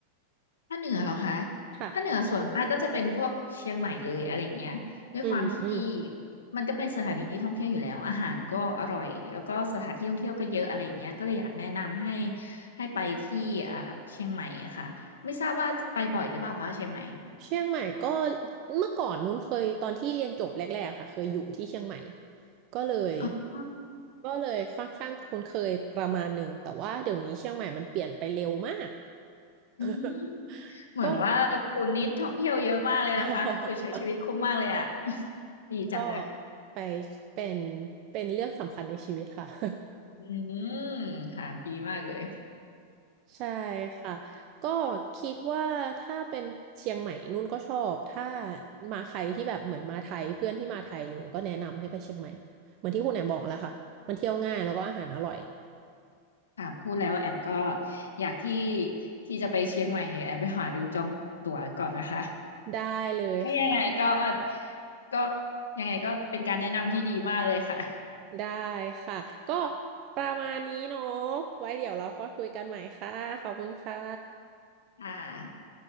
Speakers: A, on the left (about 70°); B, on the right (about 40°).
A: ภาคเหนือเหรอคะ
B: ค่ะ
A: ภาคเหนือส่วนมากก็จะเป็นพวกเชียงใหม่เลยอะไรอย่างเงี้ยด้วยความที่
B: อืมอืม
A: มันก็เป็นสถานที่ท่องเที่ยวอยู่แล้วอาหารก็อร่อยแล้วก็สถานที่ท่องเที่ยวก็เยอะอะไรอย่างเงี้ยก็เลยอยากแนะนำให้ให้ไปที่อ่าเชียงใหม่อะค่ะไม่ทราบว่าไปบ่อยหรือเปล่าคะเชียงใหม่
B: เชียงใหม่ก็เมื่อก่อนนู้นเคยตอนที่เรียนจบแรกๆค่ะเคยอยู่ที่เชียงใหม่ก็เลย
A: อ๋อ
B: ก็เลยค่อนข้างคุ้นเคยประมาณหนึ่งแต่ว่าเดี๋ยวนี้เชียงใหม่มันเปลี่ยนไปเร็วมาก
A: อืม
B: <laughs>
A: เหมือนว่าคุณนี่ท่องเที่ยวเยอะมากเลยนะคะคือใช้ชีวิตคุ้มมากเลยอะ
B: ก็ <laughs>
A: <laughs> ดีจังเลย
B: ก็ไปเป็นเป็นเรื่องสำคัญในชีวิตค่ะ <laughs>
A: อืมค่ะดีมากเลย
B: ใช่ค่ะก็คิดว่าถ้าเป็นเชียงใหม่นุ่นก็ชอบถ้ามาใครที่แบบเหมือนมาไทยเพื่อนที่มาไทยอะไรเงี้ยก็แนะนำให้ไปเชียงใหม่เหมือนที่คุณแหนมบอกแล้วค่ะมันเที่ยวง่ายแล้วก็อาหารอร่อย
A: ค่ะพูดแล้วแอมก็อยากที่ที่จะไปเชียงใหม่เนี่ยแอมไปหาดูจองตั๋วก่อนนะคะ
B: ได้เลยค่ะ
A: ถ้ายังไงก็ก็ยังไงก็เป็นการแนะนำที่ดีมากเลยค่ะ
B: ได้ค่ะก็ประมาณนี้เนาะไว้เดี๋ยวเราค่อยคุยกันใหม่ค่ะขอบคุณค่ะ
A: อ่า